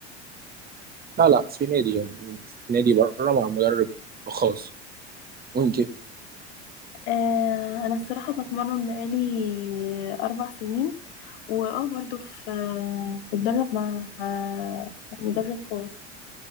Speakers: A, on the right (about 25°); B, on the left (about 60°).
A: لا لا في نادي يعني في نادي بره مع مدرب خاص وأنت
B: آه، انا الصراحه بتمرن بقالي اربع سنين واه برضو في آه، بتدرب مع آه، مدرب خاص